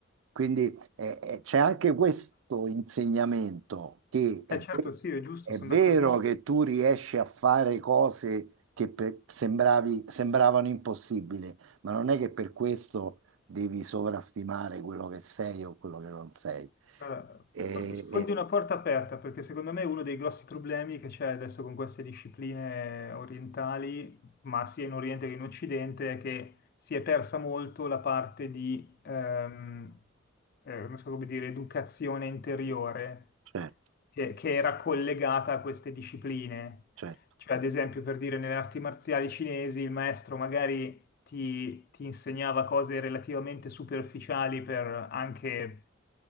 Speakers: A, on the right (about 75°); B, on the left (about 50°).
A: Quindi eh, eh, c'è anche questo insegnamento che è,
B: Eh certo,
A: ve-
B: sì, è giusto,
A: è
B: sono
A: vero
B: d'accordissimo.
A: che tu riesci a fare cose che per- sembravi- sembravano impossibili, ma non è che per questo devi sovrastimare quello che sei o quello che non sei.
B: Guarda,
A: E,
B: Sfondi
A: e-
B: una porta aperta perché secondo me uno dei grossi problemi che c'è adesso con queste discipline orientali, ma sia in Oriente che in Occidente, è che si è persa molto la parte di, ehm, eh, non so come dire, educazione interiore
A: certo,
B: che, che era collegata a queste discipline.
A: certo,
B: Cioè, ad esempio, per dire, nelle arti marziali cinesi il maestro magari ti, ti insegnava cose relativamente superficiali per anche